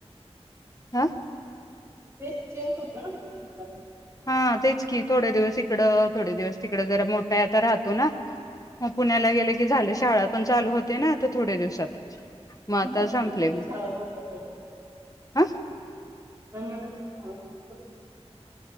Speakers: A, on the left; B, on the right.
A: हाअ्ं
B: तेच चेंज होतं ना
A: हा तेच की थोडे दिवस इकडं थोडे दिवस तिकडं जरा मोठा आहे आता राहतो ना. मग पुण्याला गेल की झाल शाळत पण चालू होतय ना आता थोड्या दिवसात? मग आता
B: तुमच्याकडे
A: संपले
B: कधी चाल करतात लोक.
A: हम.
B: <inaudible>